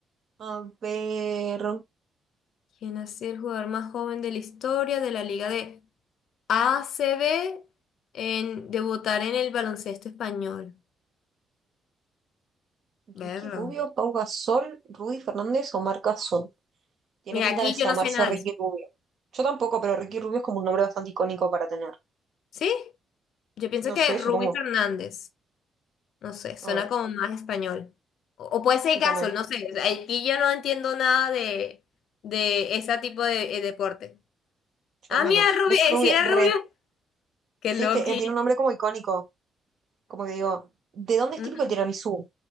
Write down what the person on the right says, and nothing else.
A ver.
Ricky Rubio, Pau Gasol, Rudy Fernández o Marc Gasol. Tiene
pinta
de llamarse
Ricky
Rubio. Yo tampoco, pero Ricky Rubio es como un nombre bastante icónico para tener.
No
sé, supongo.
A ver,
sí
también.
Yo
menos.
Ricky
Rubio,
re.
Sí,
es que eh, tiene un nombre como icónico. Como que digo, ¿de dónde
es típico el tiramisú?